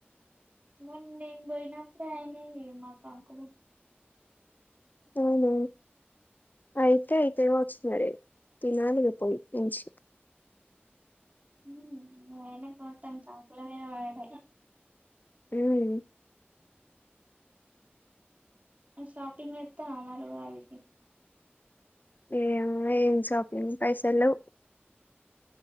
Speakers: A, on the right; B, on the left.
A: మొన్న నేను పోయినప్పుడే అయినాయి మా కంకులు
B: అవున అయితే ఎత్తగావచ్చు మరి తినాలిగా పోయి మంచిగా
A: మ్మ్ మీ ఆయనకు మొత్తం కంకుల మీద పడుడేనా
B: మ్మ్
A: నువ్ షాపింగ్ చేతన్నావా మరే ఉగాదికి
B: ఏమో ఏం షాపింగ్ పైసలు లేవ్